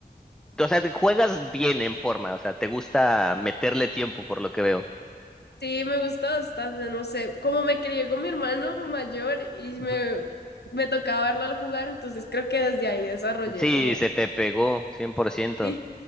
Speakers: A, in the centre; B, on the left.
A: o sea, te- juegas bien en forma, o sea, te gusta meterle tiempo por lo que veo.
B: Sí, me gusta bastante, no sé, como me crié con mi hermano mayor y
A: Ujú.
B: me, me tocaba verlo al jugar, entonces creo que desde ahí desarrollé
A: Sí,
B: como,
A: se te pegó, 100%.
B: sí,